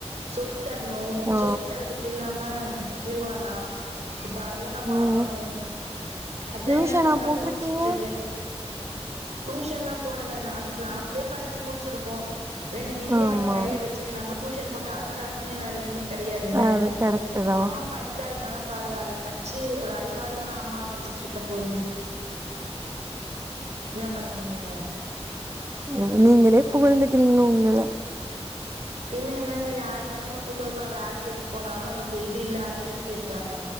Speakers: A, on the right; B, on the right.
A: சொல்லி தர்னு
B: ஆ
A: சொல்லி தரதுக்கு இல்லாம இதுவானா இப்ப அதுவு நா பாக்கணு
B: ம்
A: அதா
B: டியூஷனா
A: என்னா பண்லான்
B: போட்ருக்கீங்க
A: யோஸ்சுட்ருக்கே டூஷன்லா போடல நா நாம்ப்ளே படிச்சு முடிச்சிருக்கோ ரெண்டு டிகிரிய
B: ஆமா
A: வாங்கி கைல வச்சுகிட்டு நம்ப டூஷன் போட்டா அதோட அசிங்கோ வேற எதுமே க கடயாதுல்ல
B: அது கரெக்ட் தா
A: அம்மா படிக்காதவுங்கல்லா பரவால்ல பட்ச்சு ஒரு அறிவாளியான அம்மா வச்சிட்ருக்கம்போது என்னா பண்ண முடியுங்க
B: ம் நீங்களே புகழ்ந்துக்கிறீங்க உங்கள
A: பின்ன என்னங்க யாருங்க நம்மள புகழ்வா வேல தேடிட் போனாலு நம்மளுக்கு இது இல்ல அது இல்லன் பேசுராங்க